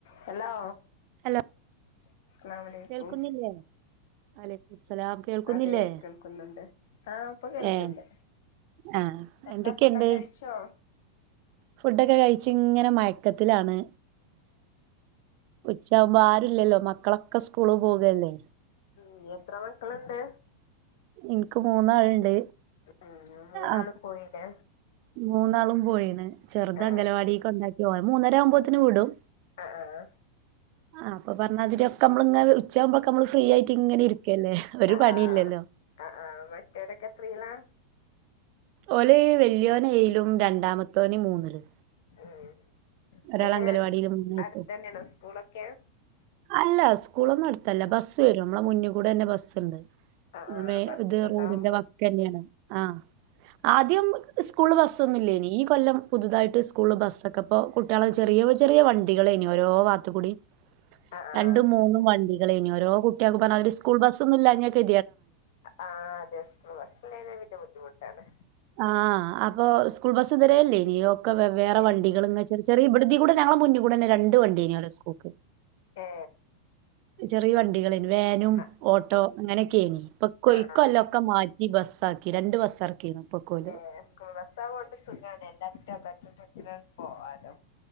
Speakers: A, on the left; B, on the right.
A: Hello
B: hello
A: <unintelligible> അലൈക്കും
B: കേൾക്കുന്നില്ലേ അല സ അലാം കേൾക്കുന്നില്ലേ
A: അതെ കേൾക്കുന്നുണ്ട് ആ ഇപ്പൊ കേൾക്കണ്ട്
B: ഏ ആ
A: എന്താ
B: എന്തൊക്കെണ്ട്
A: ഫുഡൊക്കെ കഴിച്ചോ
B: ഫുഡൊക്കെ കഴിച്ച് ഇങ്ങനെ മ യക്കത്തിലാണ് ഉ ഉച്ച ആകുമ്പോ ആരൂല്ലല്ലോ മക്കളൊക്കെ സ്കൂള് പോകല്ലേ
A: ഉം എത്ര മക്കളുണ്ട്
B: എനിക്ക് മൂന്നാൾണ്ട്
A: ഉം മൂന്നാള്
B: അ
A: പോയില്ലേ
B: മൂന്നാളും പോയിണ് ചെറുത്
A: ആ
B: അംഗലവാടി കൊണ്ടാക്കി ഓളെ മൂന്നര ആവുമ്പോത്ത്ന് വിടും
A: അ അ ആ
B: ആ അപ്പ പറഞ്ഞാതിരി ഒക്കെ മ്മള ഇ ഉച്ചയാകുമ്പോക്കെ നമ്മൾ ഫ്രീ ആയിട്ട് ഇങ്ങനെ ഇരിക്കല്ലേ ഒരു
A: ആ
B: പണി
A: ആ
B: ഇല്ലല്ലോ <inaudible>
A: ആ ആ മറ്റവരൊക്കെ എത്രയിലാ
B: ഓല് വല്‌യോ നേയിലും രണ്ടാമത്തോന് മൂന്നിലും
A: ഉം
B: ഒരാള്
A: എങ്ങനെയാ
B: അംഗലവാടിയിലും മൂന്ന് വയസ്സ്
A: അടുത്ത് തന്ന്യാണോ സ്കൂളൊക്കെ
B: അല്ല സ്കൂളൊന്നും അടുത്തല്ല ബസ്സ് വരും നമ്മളെ മുന്നിൽ കൂടെ തന്നെ ബസ്സുണ്ട്
A: ആ
B: ഉം
A: ആ
B: മെ
A: ബസ്
B: ഇത്
A: ഉണ്ടാവുമോ
B: റോഡിന്റെ വക്കന്നെയാണ് ആ ആ ദ്യം സ്കൂൾ ബസ്സൊന്നും ഇല്ലേനി ഈ കൊല്ലം പുതുതായിട്ട് സ്കൂള് ബസ്സൊക്കെപ്പോ കുട്ടിയേള് ചെറിയ ചെറിയ വണ്ടികളേനി ഓരോ വാത്ത് കൂടിം
A: ആ ആ
B: രണ്ടും മൂന്നും വണ്ടികളേനി ഓരോ കുട്ടിയാക്കും പറഞ്ഞാതിരി സ്കൂൾ ബസ്സൊന്നും ഇല്ലാ ഞ്ഞ കെ
A: ആഹ് അതെ സ്‌കൂൾബസ്ല് ഇ <unintelligible> ബുദ്ധിമു ട്ടാണ്
B: ആഹ് അപ്പൊ സ്കൂൾ ബസ് ഇതരേല്ലേ നി ക്കെ വെവേറെ
A: ഏ
B: വണ്ടികള് ഇങ്ങ ചെറു ചെറിയ ഇ തീക്കൂടെ ഞങ്ങളെ മൂന്ന് കൂടെന്നെ രണ്ട് വണ്ട്യേനി ഓലെ സ്കൂൾക്ക്
A: ഏ
B: ചെറിയ വണ്ടികളേനി വാനും
A: ആ
B: ഓട്ടോ അങ്ങനെക്കെനി പക്വൊ
A: ആ
B: ഈ
A: ആ
B: കൊല്ലൊക്കെ മാറ്റി ബസ്സാക്കി രണ്ട് ബസ്സാക്കീണ് പ്പം
A: ഏ സ്കൂൾ ബസ്സായോണ്ട് സുഖാണ് എല്ലാ <unintelligible> ഓ ആരം